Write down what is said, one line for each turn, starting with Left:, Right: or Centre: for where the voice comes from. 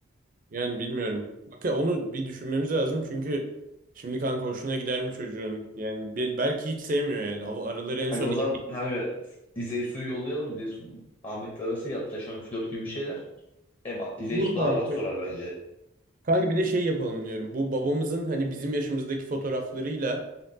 Right: Yani bilmiyorum. Bak ya onu bir düşünmemiz lazım çünkü şimdi kanka hoşuna gider mi çocuğun? Yani be- belki hiç sevmiyor yani. Al- Araları en son
Left: Kanka o
Right: iyi.
Left: zaman kanka İzey suyu yollayalım. İzey su Ahmet'le arası yatlaşan flört gibi bir şeyler. Hem İzey
Right: Dur
Left: su
Right: kanka.
Left: daha rahat sorar bence.
Right: Kanka bir de şey yapalım diyorum. Bu babamızın hani bizim yaşımızdaki fotoğraflarıyla